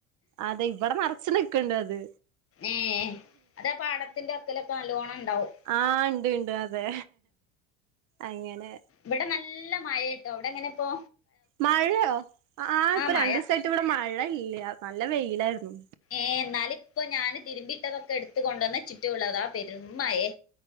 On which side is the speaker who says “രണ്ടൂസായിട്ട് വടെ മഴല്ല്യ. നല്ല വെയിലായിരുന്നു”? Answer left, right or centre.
Right